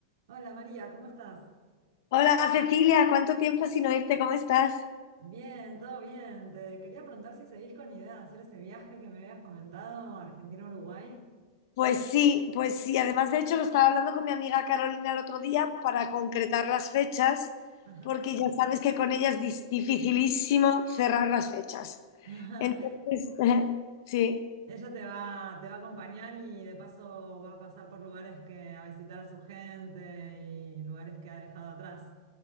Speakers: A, on the right; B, on the left.
A: Hola María, ¿cómo estás?
B: Hola Cecilia, ¿cuánto tiempo sin oírte? ¿Cómo estás?
A: Bien, todo bien. Te quería preguntar si seguís con idea de hacer ese viaje que me habías comentado, Argentina-Uruguay.
B: Pues sí, pues sí. Además, de hecho, lo estaba hablando con mi amiga Carolina el otro día para concretar las fechas,
A: Ajá.
B: porque ya sabes que con ella es dis- dificilísimo cerrar las fechas.
A: <laughs>
B: Entonces, <laughs> sí,
A: Ella te va, te va a acompañar y de paso va a pasar por lugares que a visitar a su gente y lugares que ha dejado atrás.